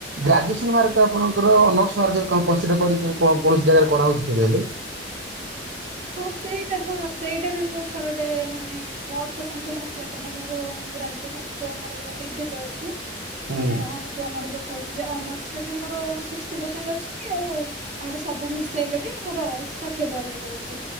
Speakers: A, on the right; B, on the right.
A: ଗ୍ରାଜୁଏସନ ମାର୍କ ଆପଣଙ୍କର ଅନର୍ସ ମାର୍କରେ କ କନସିଡରବ କରିକି କୌଣସି ଜାଗାରେ କରାହଉଛି କି କଣ କହିଲେ।
B: ହଁ ସେଇଟା ହଁ ସେଇଟା ବି ମୁଁ ଥରଟେ ମାନେ ମୋର ତ ସେମିତି ହେଇନଥିଲା, କାରଣ ମୋର ଗ୍ରାଜୁଏସନ ଯୋଉ ମୋର ଡିଗ୍ରୀରେ ଅଛି।
A: ହୁଁ
B: ମାନେ ଅନ୍ ଯଉଁ ଆମର, ଯୋଉ କହୁଛି ଯେ ଅନର୍ସରେ ବି ମୋର ସିକ୍ସଟି ପରସେଣ୍ଟ ଅଛି ଆଉ ଆମର ସବୁ ମିଶେଇଲେ ବି ମୋର ଷାଠିଏ ପରେ ହେଇଯାଉଛି।